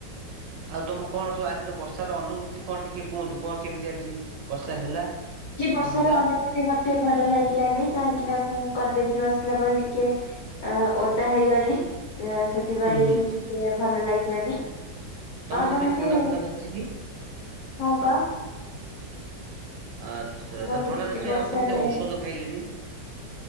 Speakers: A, on the right (about 80°); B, on the left (about 65°).
A: ଆଉ ତମ କଣ ସବୁ ଆଜିର ବର୍ଷ ର ଅନୁଭୂତି କଣ ଟିକେ କୁହନ୍ତୁ କଣ କେମିତି ଆଜି? ବର୍ଷା ହେଲା ନହେଲା।
B: ବର୍ଷାର ଅନୁଭୂତି ଆଜି ମତେ ଭଲ ଲାଗିଲାନି କାହିଁକି ନା ମୁଁ କଲେଜରୁ ଆସିଲା ବେଳେ ଟି କେ ଅ ଓଦା ହେଇଗଲି ସେଥିପାଇଁ
A: ହୁଁ ହୁଁ
B: ଟିକେ ଭଲ ଲାଗିଲାନି
A: ତମକୁ
B: ଆଉ
A: ସେଥିପାଇଁ
B: ନହେଲେ
A: ଥଣ୍ଡା ଫଣ୍ଡା ଧରିଛି କି?
B: ହଁ ପା।
A: ଆଚ୍ଛା
B: ମତେ
A: ତା ଥଣ୍ଡା
B: ଟିକେ
A: ଧରିଛି
B: ବର୍ଷାରେ
A: ଆଉ ତମେ ତିକେ ଔଷଧ ଖାଇଲେନି।